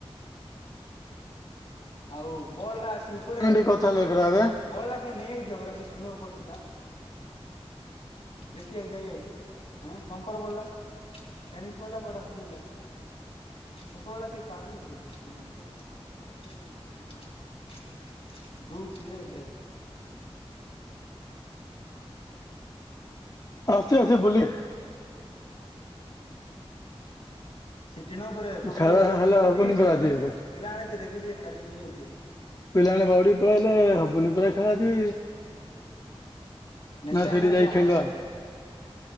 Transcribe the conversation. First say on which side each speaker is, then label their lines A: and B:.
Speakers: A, on the left (about 70°); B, on the left (about 35°).
A: ଆଉ ବଲ ଆସି ଉପରେ
B: ମିନିଟ କଥା ହେଲେ ପରା ଏବେ
A: ବଲ୍ ଟା କିଏ ନେଇକିରି ପା ସେ ଚିହ୍ନ ଉପରେ ଥିଲା। ଆଉ ବଲ ଆସି ଉପରେ ବଲ୍ ଟା କିଏ ନେଇକିଯିବ ପା ସେ ଚିହ୍ନ ଉପରେ ଥିଲା। ହଁ ଷ୍ଟମ୍ପର ବଲ୍ ଟା ଟେନିସି ବଲ୍ ଟା କୁଆଡେ ହଜିଗଲା। <unintelligible> ଦୁ ଯିଏ
B: ଅଛି ଅଛି ବୁଲି
A: ସେ ଟିଣ ଉପରେ ଶଙ୍କର
B: ଖେଳ
A: ବଳ ରହିଥିଲା
B: ହେଲା
A: କିଏ
B: ହବନି
A: ନେଇଯାଇଛ
B: ପରା ଆଜି
A: ପ୍ରାୟ?
B: ହେଲେ
A: ପିଲା ଆଣି କିଏ ଦେଖିଥିବେ କାଡି ନେଇଯାଇଥିବେ।
B: ପିଲାମାନେ ଗଡି ପଳେଇଆଇଲେ ହବୁନି ପର ଖେଳ ଅଛି
A: ନେଟ୍
B: ନା
A: ଟେ ଆଣିନଥିବେ
B: ସେଠି ଯାଇି
A: ଆଣିବାକୁ
B: ଖେଳି ଦବା,
A: ଯିବେ ପରା।